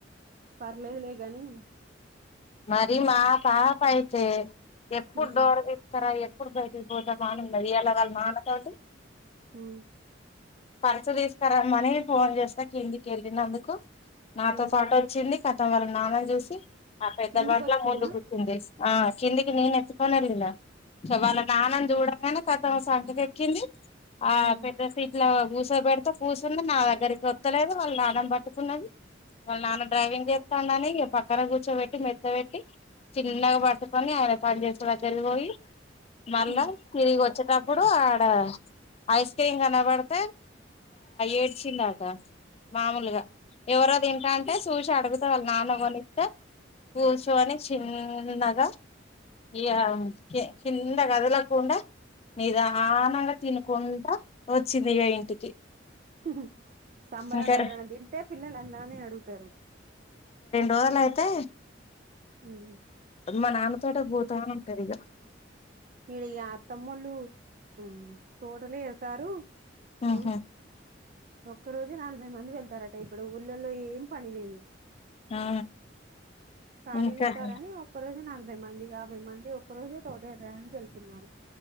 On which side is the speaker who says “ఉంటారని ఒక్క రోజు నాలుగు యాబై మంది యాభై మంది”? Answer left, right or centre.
Right